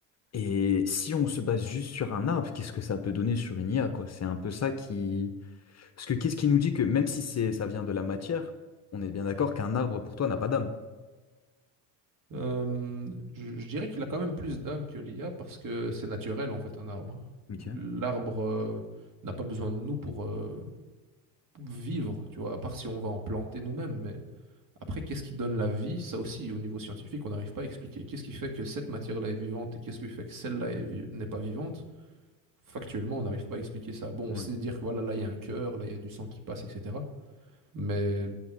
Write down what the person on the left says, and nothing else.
Et si on se base juste sur un arbre, qu'est-ce que ça peut donner sur une IA, quoi? C'est un peu ça qui... Parce que qu'est-ce qui nous dit que même si c'est, ça vient de la matière, on est bien d'accord qu'un arbre, pour toi, n'a pas d'âme.
Ok.
Ouais.